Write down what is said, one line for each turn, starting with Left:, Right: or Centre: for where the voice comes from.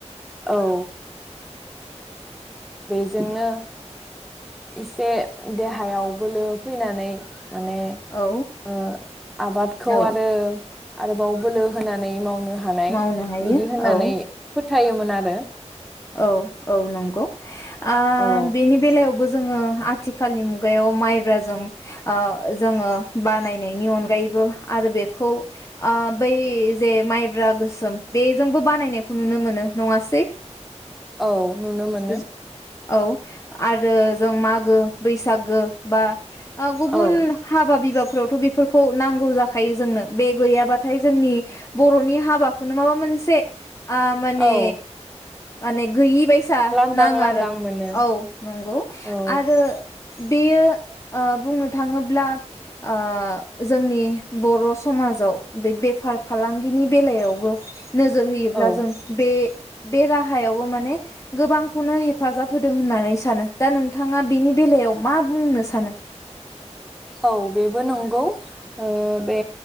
Centre: औ बेजोंनो इसे देहायाव बोलो फैनानै माने
Left: औ
Centre: ओ आबादखौ
Left: औ
Centre: आरो आरोबाव बोलो होनानै मावनो हानाय
Left: मावनो हायो
Centre: बिदि होननानै
Left: औ
Centre: फोथायोमोन आरो
Left: औ औ नंगौ आ
Centre: औ
Left: बेनि बेलायावबो जोङो आथिखालनि मुगायाव माइब्राजों ओ जोङो बानायनायनि अनगायैबो आरो बेखौ आ बै जे माइब्रा गोसोम बेजोंबो बानायनायखौ नुनो मोनो नङासै?
Centre: औ
Left: <inaudible>
Centre: नुनो मोनो
Left: औ आरो जों मागो बैसागो बा गुबुन
Centre: औ
Left: हाबा बिबा फोरावथ बेफोरखौ नांगौ जाखायो जोंनो बे गैयाबाथाय जोंनि बरनि हाबाखौनो माबा मोनसे आ माने
Centre: औ
Left: माने गैयि बायद नाङो
Centre: लांदां लांदां
Left: आरो
Centre: मोनो
Left: औ नंगौ
Centre: औ
Left: आरो बेयो ओ बुंनो थाङोब्ला ओ जोंनि बर' समाजाव बे बेफार फालांगिनि बेलायावबो नोजोर होयोब्ला
Centre: औ
Left: जों बे राहायावबो माने गोबां खौनो हेफाजाब होदों होननानै सानो दा नोंथाङा बेनि बेलायाव मा बुंनो सानो?
Centre: औ बेबो नंगौ ओ बे